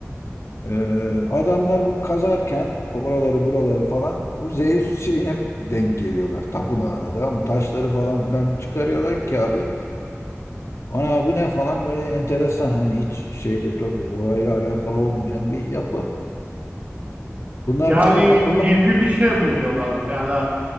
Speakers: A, on the left (about 60°); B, on the right (about 30°).
A: Ee, adamlar bu kazarken oraları buraları falan bu Zeus şeyine denk geliyorlar. Tapınağına da ama taşları falan filan bir çıkarıyorlar ki abi. Ana bu ne falan böyle enteresan hani hiç şeyle to- orayla alakalı olmayan bir yapı. Bunlar
B: Yani
A: tabii akıllı
B: gizli bir şey buluyorlar. Yani